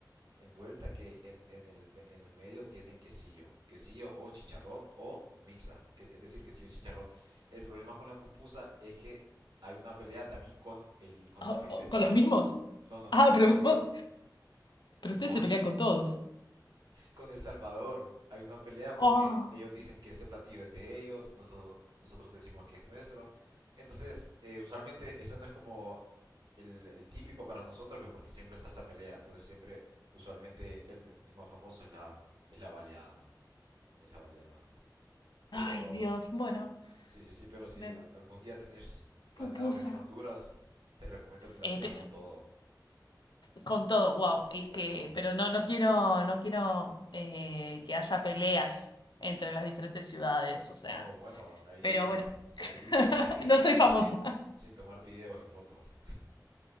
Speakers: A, on the right (about 75°); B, on the left (about 80°).
A: envuelta que en, en, el, en el medio tiene quesillo, quesillo o chicharrón o mixa, que- es decir, quesillo y chicharrón. El problema con la pupusa es que hay una pelea también con el, con
B: Ah,
A: el país
B: ah,
A: vecino,
B: ¿Con los mismos?
A: no, no, no,
B: Ah, pero,
A: con,
B: vos- pero ustedes
A: con
B: se pelean con todos.
A: con El Salvador hay una pelea porque
B: Oh.
A: ellos dicen que ese platillo es de ellos, nosotros, nosotros decimos que es nuestro. Entonces, eh, usualmente ese no es como el, el típico para nosotros, pues, porque siempre está esa pelea. Entonces, siempre, usualmente, el, el más famoso es la, es la baleada. Es la baleada. Pero,
B: Ay, Dios, bueno,
A: sí, sí, sí, pero si
B: me
A: al- algún día tenés planeado
B: pupusa.
A: venir a Honduras, te recomiendo que la
B: Eh,
A: pidas
B: te-
A: con todo.
B: con todo, wow.
A: Sí,
B: Y
A: con
B: que,
A: todo.
B: pero no, no quiero, no quiero eh, que haya peleas entre las diferentes ciudades, o sea.
A: No, bueno, ahí,
B: Pero bueno, <laughs>
A: ahí tendrías que ir
B: no soy famosa.
A: y sin, sin tomar videos y fotos.